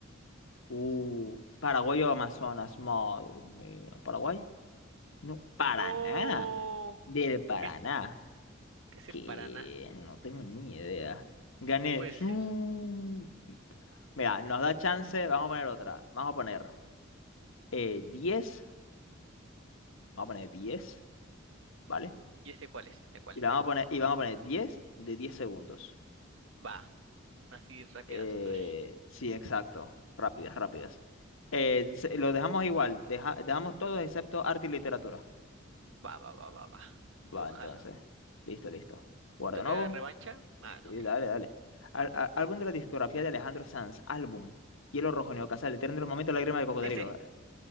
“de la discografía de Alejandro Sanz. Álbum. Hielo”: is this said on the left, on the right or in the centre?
Left